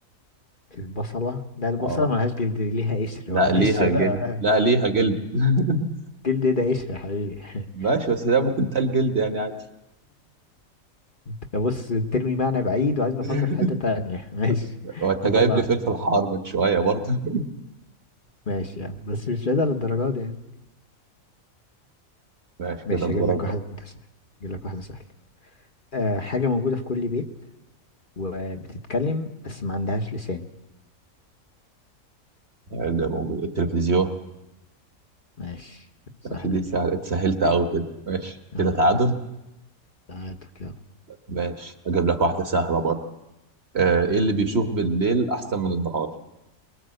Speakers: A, on the left; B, on the right.
A: البصله لا البصله
B: اه
A: ملهاش جلد دي ليها قشر
B: لا
A: <laughs> معلش
B: ليها
A: بقى
B: جلد لا ليها جلد <laughs>
A: جلد ايه ده قشر يا حبيبي
B: ماشي
A: <laughs>
B: بس ده ممكن تقال جلد يعني عادي
A: انت بص بترمي معنى بعيد وعايزني
B: <laughs>
A: افكر في حته تانية <laughs> ماشي
B: وانت
A: هطلعك
B: جايب لي فلفل حار من شوية برضه <laughs>
A: ماشي يعني بس مش بعيد على الدرجات دي يعني
B: ماشي
A: ماشي
B: كده دورك
A: هجيب لك واحده سهله هجيب لك واحده سهله أه حاجه موجوده في كل بيت وبتتكلم بس ما عندهاش لسان
B: هيرجع موجود التلفزيون
A: ماشي سهلة
B: ماشي دي
A: دي
B: سهلة اتسهلت أوي كده ماشي
A: اه
B: كده تعادل
A: تعادل يلا
B: ماشي أجيب لك واحدة سهلة برضه آه، إيه اللي بيشوف بالليل أحسن من النهار؟